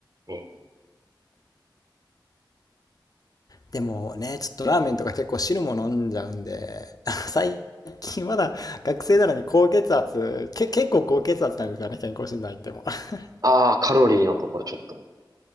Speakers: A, on the right (about 50°); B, on the left (about 50°).
A: ほどね。
B: でもね、ちょっとラーメンとか結構汁も飲んじゃうんで、<laughs> 最近まだ <laughs> 学生なのに高血圧、け、結構高血圧なんですよね、健康診断行っても。<laughs>
A: ああ、カロリーのところちょっと。